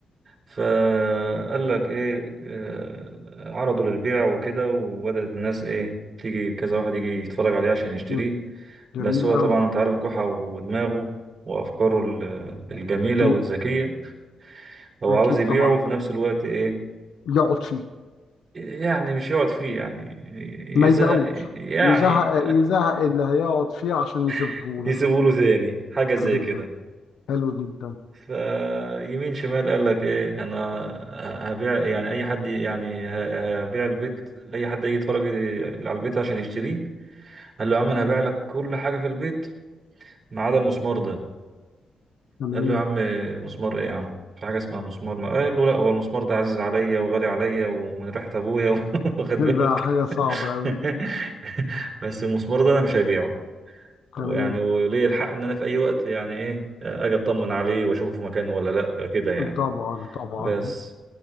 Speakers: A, on the right; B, on the left.
A: فقال لك ايه آه، عرضه للبيع وكده وبدأت الناس ايه تيجي كذا واحد يجي يتفرج عليه عشان يشتريه
B: مم. جميل
A: بس هو
B: قوي
A: طبعا انت عارف جحا ودماغه وافكاره ال- الجميلة
B: مم.
A: والذكية هو
B: اكيد
A: عاوز يبيعه
B: طبعا
A: وفي نفس الوقت ايه
B: يقعد فيه
A: يعني مش يقعد فيه يعني
B: ما
A: يزهق
B: يبيعوش
A: يعني
B: يزهق يزهق اللي هيقعد فيه عشان يسيبه
A: <laughs>
B: له
A: يسيبوله له تاني حاجة زي
B: بالظبط
A: كده
B: حلو جدا
A: فيمين شمال قال لك ايه انا ه- هبيع يعني اي حد ي- يعني ه- هبيع البيت اي حد يجي يتفرج على البيت عشان يشتريه قال له يا عم انا هبيع لك كل حاجه في البيت ما عدا المسمار ده
B: تمام
A: قال له يا عم مسمار ايه يا عم في حاجه اسمها مسمار ما قال له لا هو المسمار ده عزيز عليا وغالي عليا ومن ريحه ابويا <laughs> واخد بالك
B: ده حاجه صعبه قوي
A: <laughs> بس المسمار ده انا مش هبيعه
B: تمام
A: ويعني وليه الحق ان انا في اي وقت يعني ايه اجي اطمن عليه واشوفه في مكانه ولا لا كده يعني
B: طبعا طبعا
A: بس